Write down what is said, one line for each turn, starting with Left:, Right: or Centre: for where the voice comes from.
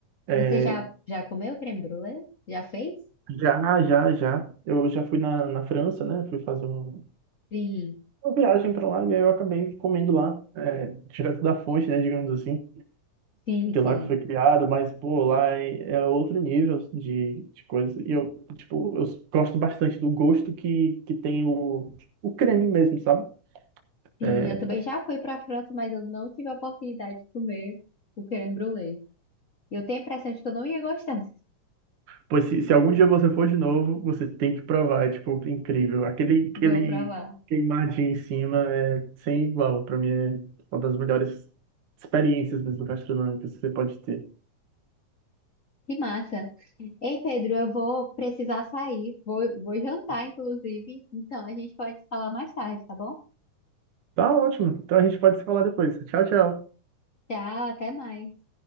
Right: É,
Left: Você já, já comeu creme brulee? Já fez?
Right: Já, já, já. Eu já fui na, na França, né? Fui fazer um-
Left: Sim,
Right: uma viagem para lá e aí eu acabei comendo lá, é, direto da fonte, né? Digamos assim,
Left: sim,
Right: que
Left: sim.
Right: lá que foi criado, mas, pô, lá é, é outro nível de, de coisa. E eu, tipo, eu gosto bastante do gosto que, que tem o, o creme mesmo, sabe?
Left: Sim,
Right: É,
Left: eu também já fui para a França, mas eu não tive a oportunidade de comer o creme brulee. E Eu tenho a impressão de que eu não ia gostar. <laughs>
Right: Pois se, se algum dia você for de novo, você tem que provar, é tipo incrível. Aquele, aquele
Left: Vou provar.
Right: queimadinho em cima é sem igual. Pra mim é uma das melhores experiências mesmo gastronômicas que você pode ter.
Left: Que massa. Ei, Pedro, eu vou precisar sair. Vou, vou jantar, inclusive. Então, a gente pode se falar mais tarde, tá bom?
Right: Tá ótimo. Então a gente pode se falar depois. Tchau, tchau.
Left: Tchau, até mais.